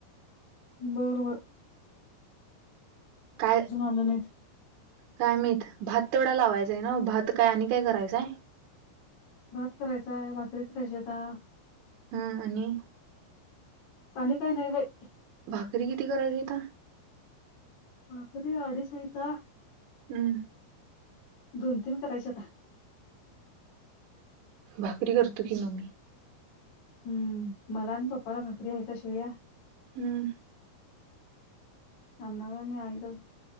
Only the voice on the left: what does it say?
बर‌, बर
आले नाहीत.
भात करायचाय भाकरी करायची हाईता
आणि काय नाही बाई
भाकरी अडीच हाईता
दोन तीन करायचा आता
हम्म मला आणि पप्पाला भाकरी आहेता शिळ्या
अण्णाला मी आईलास